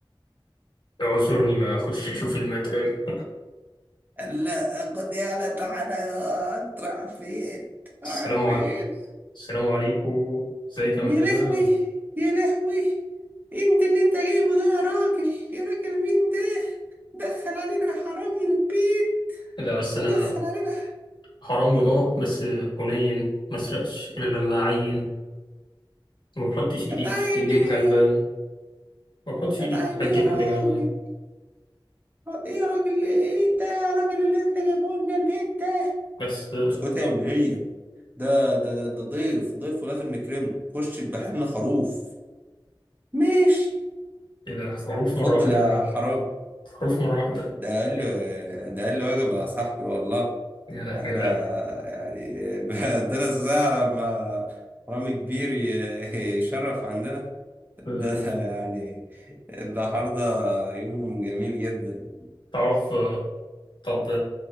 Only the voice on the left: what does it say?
اعذرني بقى اخش اشوف المدام
<laughs>
السلام
عليكم السلام عليكم ازيك
يا مدام
لا بس
انا
حرامي اه بس هنين ما اسرقش الا لما اعين ما بحطش ايدي
في جيب
غلبان ما بحطش
ايدي في
جيب
حد غلبان
بس آه،
ايه ده خروف مره
واحده
خروف مره واحده
إيه؟
يا ده
يا ده
لا لا لا
تعرف آه، طب